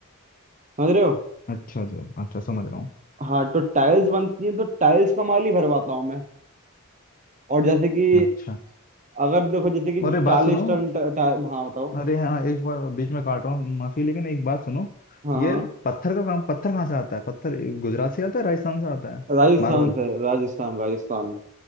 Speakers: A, on the right; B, on the left.
A: समझ रहे हो
B: अच्छा अच्छा अच्छा समझ रहा हूँ
A: हाँ तो टाइल्स बनती हैं तो टाइल्स का माल ही भरवाता हूँ मैं और जैसे कि
B: अच्छा
A: अगर देखो जैसे कि
B: अरे
A: चालीस
B: बात सुनो
A: टन टा, टा, हाँ बताओ
B: अरे हाँ एक बार बीच में काट रहा हूँ माफी लेकिन एक बात सुनो
A: हाँ
B: ये
A: हाँ
B: पत्थर का काम पत्थर कहाँ से आता है पत्थर गुजरात से आता है राजस्थान से आता है
A: राजस्थान
B: मार्बल
A: से राजस्थान राजस्थान